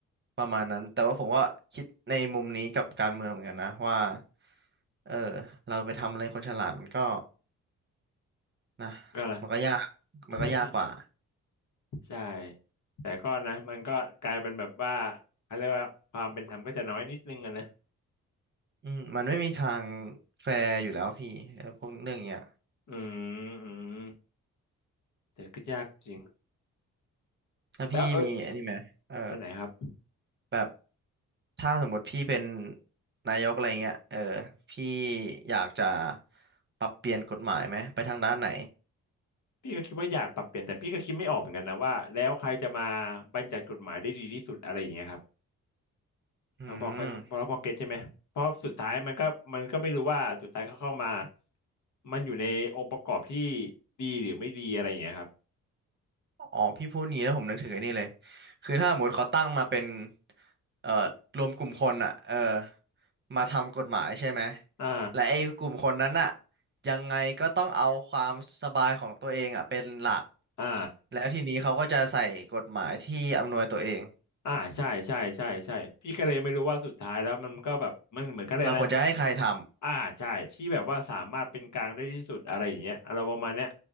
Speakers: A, on the right; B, on the left.
A: ประมาณนั้นแต่ว่าผมก็คิดในมุมนี้กับการเมืองเหมือนกันนะว่าเออเราไปทำอะไรคนฉลาดมันก็นะ
B: ก็ละ
A: มันก็ยากมันก็ยากกว่า
B: <laughs> ใช่แต่ก็นะมันก็กลายเป็นแบบว่าเขาเรียกว่าความเป็นธรรมก็จะน้อยนิดนึงอะนะ
A: อืมมันไม่มีทางแฟร์อยู่แล้วพี่เออพวกเรื่องเนี้ย
B: อืมอืมแต่ก็ยากจริง
A: ถ้าพี่มีไอันนี้ไหมเออ
B: แล้วเอออันไหนครับ
A: แบบถ้าสมมติพี่เป็นนายกอะไรเงี้ยเออพี่อยากจะปรับเปลี่ยนกฎหมายไหมไปทางด้านไหน
B: พี่ก็คิดว่าอยากปรับเปลี่ยนแต่พี่ก็คิดไม่ออกเหมือนกันนะว่าแล้วใครจะมาบัญญัติกฎหมายได้ดีที่สุดอะไรอย่างเงี้ยครับ
A: อืม
B: ทั้งพอเขาพอพอเก็ตใช่ไหมเพราะสุดท้ายมันก็มันก็ไม่รู้ว่าสุดท้ายเขาเข้ามามันอยู่ในองค์ประกอบที่ดีหรือไม่ดีอะไรอย่างเงี้ยครับ
A: อ๋อพี่พูดงี้แล้วผมนึกถึงไอ้นี่เลยคือถ้าสมมติเขาตั้งมาเป็นเอ่อรวมกลุ่มคนอ่ะเออมาทำกฎหมายใช่ไหม
B: อ่า
A: และไอ้กลุ่มคนนั้นอ่ะยังไงก็ต้องเอาความสบายของตัวเองอ่ะเป็นหลัก
B: อ่า
A: แล้วทีนี้เขาก็จะใส่กฎหมายที่อำนวยตัวเอง
B: อ่าใช่ใช่ใช่ใช่พี่ก็เลยไม่รู้ว่าสุดท้ายแล้วมันก็แบบมันเหมือนกันเลยนะ
A: เราควรจะให้ใครท
B: อ่าใช่ที่แบบว่าสามารถเป็นกลางได้ที่สุดอะไรอย่างเงี้ยเราประมาณเนี้ย